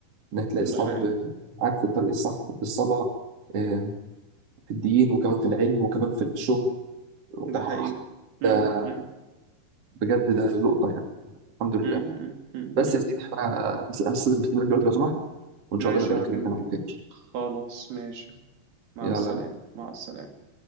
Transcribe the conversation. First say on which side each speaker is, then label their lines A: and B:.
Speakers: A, on the right; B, on the right.
A: انك تلاقي اصحاب
B: ده حقيقي
A: معاك في الطريق الصح في الصلاة آه، في الدين وكمان في العلم وكمان في الشغل واه
B: ده حقيقي مم.
A: ده
B: مم.
A: بجد ده لقطة يعني الحمد لله
B: مم. مم.
A: بس
B: مم.
A: يا سيدي
B: مم.
A: انا هستلم التليفون دلوقتي لو سمحت وان
B: ماشي
A: شاء الله نبقى
B: يا
A: نتكلم
B: جميل
A: عن تاني
B: خلاص ماشي مع
A: يلا
B: السلامة مع السلامة